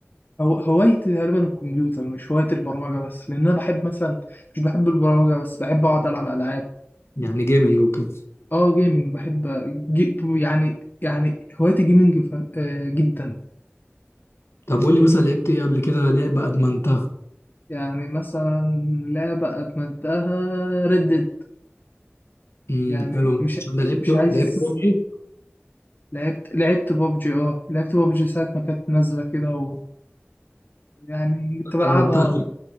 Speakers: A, on the left; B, on the left.
A: هو... هوايتي تقريبا الكمبيوتر مش هوايتي البرمجة بس لان انا بحب مثلا مش بحب البرمجة بس بحب اقعد العب العاب
B: يعني جيمنج وكده
A: اه جيمنج بحب آه، جي... يعني يعني هوايتي جيمنج ف... آه، جدا
B: طب قول لي مثلا لعبت ايه قبل كده لعبه ادمنتها
A: يعني مثلا لعبة أدمنتها ردد
B: امم
A: يعني
B: حلو
A: مش
B: عشان ده لعبت
A: مش عايز
B: لعبت روبجي ايه
A: لعبت لعبت بابجي اه لعبت بابجي ساعة ما كانت نازلة كده و... يعني كنت بلعبها
B: ادمنتها طب